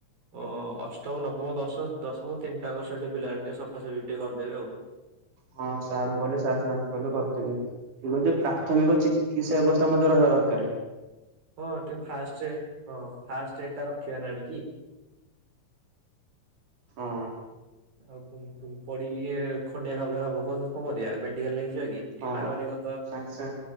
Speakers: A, on the right; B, on the right.
A: ଓ ଅଷ୍ଟମ ନବମ ଦଶ ଦଶମ ତିନିଟାଙ୍କ ଶ୍ରେଣି ରପିଲା ହେଲେ ଟିକେ ସଫାସଫି ଟିକେ କରିଦେବେ ଆଉ।
B: ହଁ ସାର୍ଙ୍କୁ କହିଲେ ସାର୍ ସେମାନଙ୍କୁ କହିଲେ କରିଦେବେ ଠିକ୍ ଅଛି। ପ୍ରାଥମିକ
A: ହଁ
B: ଚିକ୍ ଚିକିତ୍ସା ବେବସ୍ଥା ମଧ୍ୟ ରହିବା ଦରକାରେ।
A: ହଁ ଟିକେ ଫାଷ୍ଟେ ରେ ହଁ ଫାଷ୍ଟେ ଏ ଟା ରଖିବା ନା ଆଣିକି।
B: ହଁ
A: ଆଉ କୁମ୍ କୁମ୍ ପଡିକି ଖଣ୍ଡିଆ ଖାବରା ହବ କଁ କଁ କରିଆ ମେଡିକାଲ୍ ନେଇକି ଯିବା କି?
B: ହଁ
A: କେମେରା ଧରିକି କରିଦବା।
B: ସାଙ୍ଗେ ସାଙ୍ଗେ